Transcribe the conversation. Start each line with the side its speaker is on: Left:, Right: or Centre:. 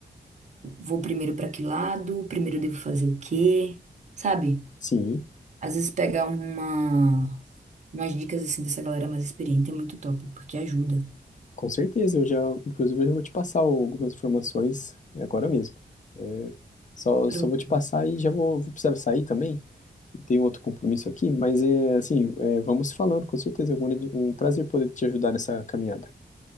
Right: vou primeiro para que lado, primeiro eu devo fazer o quê, sabe?
Left: Sim.
Right: Às vezes pegar uma, umas dicas assim dessa galera mais experiente é muito top, porque ajuda.
Left: Com certeza, eu já, inclusive, eu já vou te passar algumas informações é agora mesmo. É, só,
Right: Pronto,
Left: só vou te passar e já vou, vou precisar sair também. Tenho outro compromisso aqui, mas é assim, é, vamos falando, com certeza. É um grande- um prazer poder te ajudar nessa caminhada.